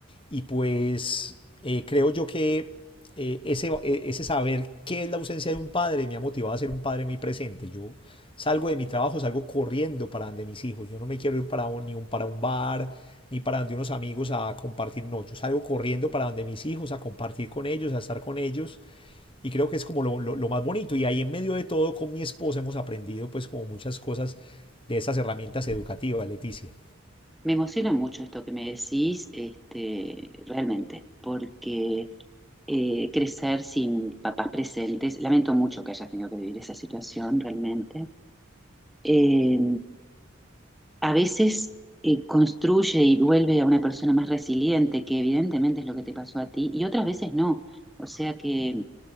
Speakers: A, on the left; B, in the centre.
A: Y pues eh, creo yo que eh, ese, eh, ese saber qué es la ausencia de un padre me ha motivado a ser un padre muy presente. Yo salgo de mi trabajo, salgo corriendo para donde mis hijos. Yo no me quiero ir para un- ni un, para un bar, ni para donde unos amigos a compartir. No, yo salgo corriendo para donde mis hijos, a compartir con ellos, a estar con ellos y creo que es como lo, lo, lo más bonito. Y ahí en medio de todo, con mi esposa hemos aprendido pues como muchas cosas de esas herramientas educativas, Leticia.
B: Me emociona mucho esto que me decís, este, realmente, porque eh, crecer sin papás presentes, lamento mucho que hayas tenido que vivir esa situación realmente, eh, a veces eh, construye y vuelve a una persona más resiliente, que evidentemente es lo que te pasó a ti, y otras veces no. O sea que,